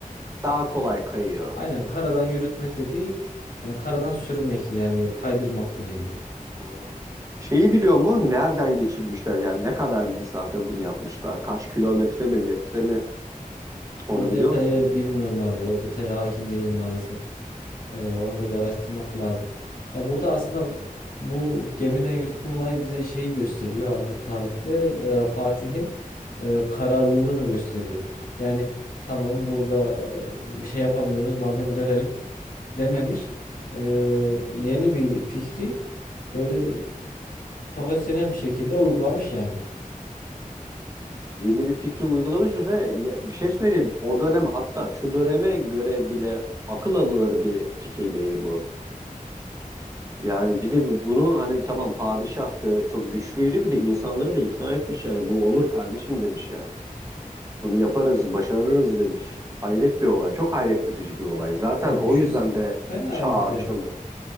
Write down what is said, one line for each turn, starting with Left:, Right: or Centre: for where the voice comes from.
Right: daha kolay kayıyor.
Left: Aynen karadan yürütmek dediği yani karadan sürmek yani kaydırmak bir nevi.
Right: Aa. Şeyi biliyor mu? Nereden geçirmişler? Yani ne kadar mesafe bunu yapmışlar? Kaç kilometre mi, metre mi? Onu
Left: O
Right: biliyor
Left: detayı
Right: musun?
Left: bilmiyorum abi. O detaya hakim değilim maalesef. Ee, onu da bir araştırmak lazım. Ya burada aslında bu gemiden yürütme olayı bize şeyi gösteriyor abi tarihte e, Fatih'in e, kararlılığını gösteriyor. Yani tamam burada e, bir şey yapamıyoruz madem dönelim dememiş. E, yeni bir fikri böyle profesyonel bir şekilde uygulamış yani.
Right: Yeni bir fikri uygulamış ve ya bir şey söyleyeyim. O dönem hatta şu döneme göre bile akıl alır bir fikir değil bu. Yani bir de bu- bunu hani tamam padişahtı, çok güçlüydü bir de insanları da ikna etmiş yani bu olur kardeşim demiş ya. Bunu yaparız, başarırız demiş. Hayret bir olay. Çok hayret verici bir olay. Zaten
Left: Ya
Right: o
Left: düşünsene
Right: yüzden de çağ
Left: abi bir
Right: açıldı.
Left: de.